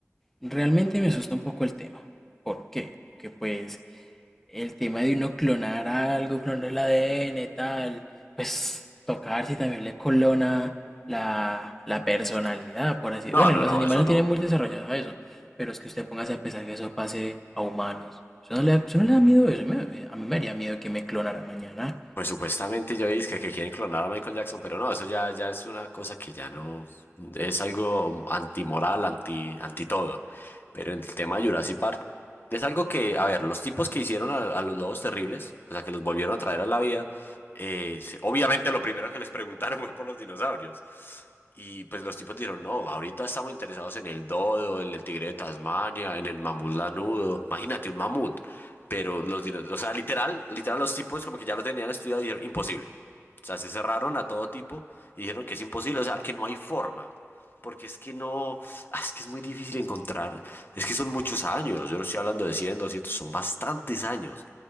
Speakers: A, in the centre; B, on the left.
A: realmente me asusta un poco el tema. ¿Por qué? Porque pues el tema de uno clonar algo, clonar el ADN, tal, pues tocar si también le clona la, la personalidad, por así
B: No,
A: Bueno,
B: no,
A: los
B: no,
A: animales
B: eso
A: no
B: no.
A: tienen muy desarrollado eso, pero es que usted póngase a pensar que eso pase a humanos. Eso no le da, eso no le da miedo eso, me- me- a mí me haría miedo que me clonaran mañana.
B: Pues supuestamente yo dije que quieren clonar a Michael Jackson, pero no, eso ya, ya es una cosa que ya no es algo antimoral, anti, anti todo. Pero en el tema de Jurassic Park, es algo que, a ver, los tipos que hicieron a, a los lobos terribles, o sea, que los volvieron a traer a la vida, eh, se- obviamente lo primero que les preguntaron <laughs> fue por los dinosaurios. Y pues los tipos dijeron, no, ahorita estamos interesados en el dodo, en el tigre de Tasmania, en el mamut lanudo. Imagínate un mamut. Pero los dino- o sea, literal, literal los tipos como que ya lo tenían estudiado y dijeron, imposible. O sea, se cerraron a todo tipo y dijeron que es imposible, o sea, que no hay forma. Porque es que no, ah, es que es muy difícil encontrar, es que son muchos años, yo no estoy hablando de cien doscientos son bastantes años.